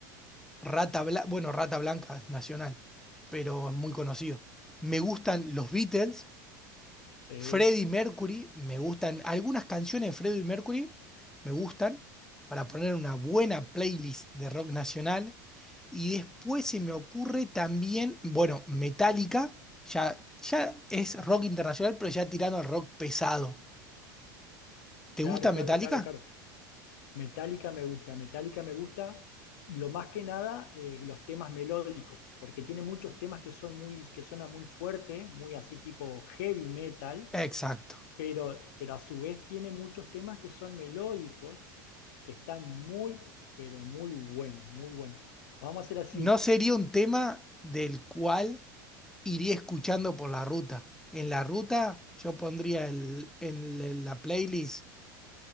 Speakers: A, in the centre; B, on the left (about 70°).
A: Rata Blanca. Bueno, Rata Blanca es nacional, pero es muy conocido. Me gustan los Beatles.
B: sí.
A: Freddie Mercury, me gustan. Algunas canciones de Freddie Mercury me gustan para poner una buena playlist de rock nacional. Y después se me ocurre también, bueno, Metallica, ya, ya es rock internacional, pero ya tirando al rock pesado. ¿Te
B: Claro,
A: gusta
B: claro,
A: Metallica?
B: claro, claro. Metallica me gusta, Metallica me gusta lo más que nada eh, los temas melódicos, porque tiene muchos temas que son muy, que suenan muy fuerte, muy así tipo heavy metal,
A: Exacto.
B: pero, pero a su vez tiene muchos temas que son melódicos, que están muy, pero muy buenos, muy buenos. Vamos a hacer así,
A: No sería un tema del cual iría escuchando por la ruta. En la ruta yo pondría el- en la playlist